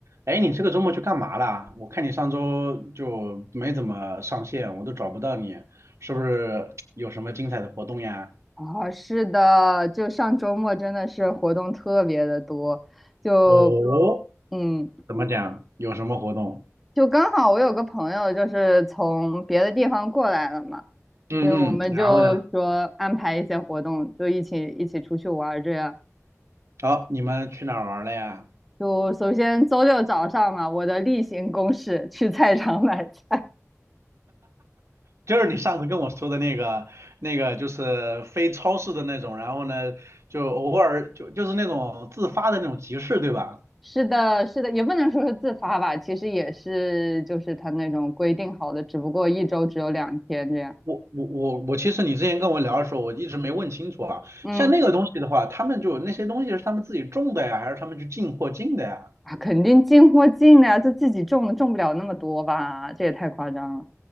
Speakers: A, on the right; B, in the centre.
A: 哎，你这个周末去干嘛啦？我看你上周就没怎么上线，我都找不到你，是不是有什么精彩的活动呀？
B: 啊，是的，就上周末真的是活动特别的多，就，
A: 哦，
B: 嗯，
A: 怎么讲？有什么活动？
B: 就刚好我有个朋友就是从别的地方过来了嘛，
A: 嗯嗯，
B: 所以我们就说安排一些活动，
A: 然后呢？
B: 就一起一起出去玩儿这样。
A: 好、你们去哪儿玩了呀？
B: 就首先周六早上嘛，我的例行公事去菜场买菜。<laughs>
A: 就是你上次跟我说的那个，那个就是非超市的那种，然后呢，就偶尔就就是那种自发的那种集市，对吧？
B: 是的，是的，也不能说是自发吧，其实也是就是他那种规定好的，只不过一周只有两天这样。
A: 我我我我，其实你之前跟我聊的时候，我一直没问清楚啊。
B: 嗯，
A: 像那个东西的话，他们就那些东西是他们自己种的呀，还是他们去进货进的呀？
B: 啊，肯定进货进的呀，就自己种的，种不了那么多吧？这也太夸张了，